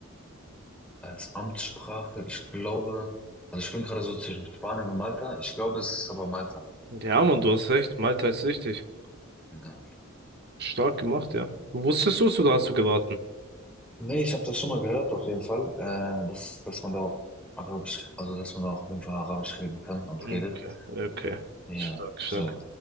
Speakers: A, in the centre; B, on the right.
A: als Amtssprache, ich glaube, also ich bin gerade so zwischen Spanien und Malta, ich glaube, es ist aber Malta.
B: Ja, Mann, du hast recht. Malta ist richtig.
A: Ja.
B: Stark gemacht, ja. Wusstest du es oder hast du geraten?
A: Nee, ich habe das schon mal gehört, auf jeden Fall, äh, dass, dass man da auch Arabisch, also dass man da auch auf jeden Fall Arabisch reden kann und
B: Okay,
A: redet.
B: okay.
A: Ja,
B: Stark, stark.
A: so.